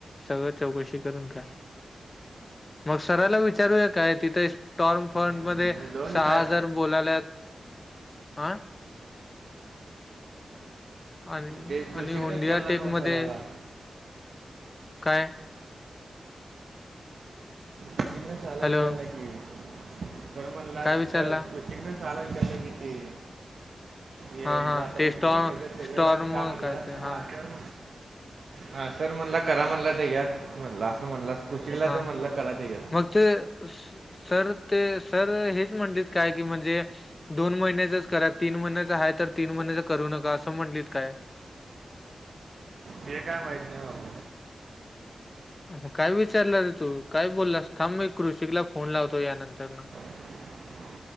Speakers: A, on the left (about 30°); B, on the right (about 65°).
A: सगळं चौकशी करून घ्या मग सराला विचारूया काय तिथं्टॉर्म फंट
B: मग
A: मध्ये
B: दोन
A: सहा
B: काय
A: हजार बोलाल्या हा आणि
B: ते कृषिकने
A: आणि होंडिया
B: विचारला
A: टेक
B: ना मग
A: मध्ये
B: सराला
A: काय
B: त चिग्नस आला
A: हॅलो
B: विचारला की सर म्हनला
A: काय विचारला
B: सर तोिनस सल गडे किती ये
A: हा हा
B: आता
A: ते
B: बघितलं
A: स्टॉ
B: त्याच त्याचं
A: स्टॉर्म
B: काय म्हणलं
A: ते हा
B: हा सर म्हणला करा म्हणला ते यात म्हणला असं म्हणलं खुश केला
A: हा
B: तर म्हणला कराात यात
A: मग ते सर ते सर हेच म्हणतात काय की म्हणजे दोन महिन्याचच करा तीन महिन्याच आहे तर तीन महिन्याच करू नका असं म्हटलीत काय
B: हे काय माहित नाही बाबाू
A: मग काय विचारलं रे तू काय बोललास थांब मी कृषिकला फोन लावतो यानंतरन
B: <unintelligible>